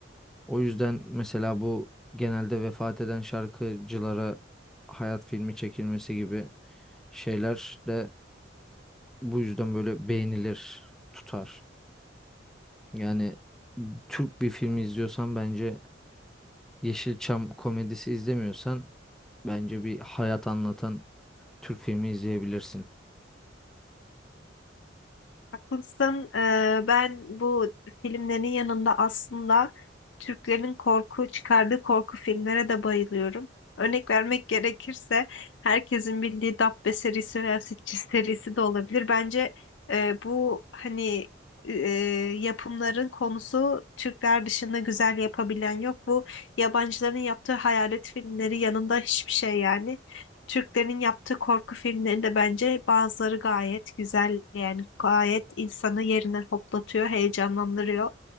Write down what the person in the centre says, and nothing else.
O yüzden mesela bu genelde vefat eden şarkıcılara hayat filmi çekilmesi gibi şeyler de bu yüzden böyle beğenilir, tutar. Yani Türk bir filmi izliyorsan bence Yeşilçam komedisi izlemiyorsan bence bir hayat anlatan Türk filmi izleyebilirsin.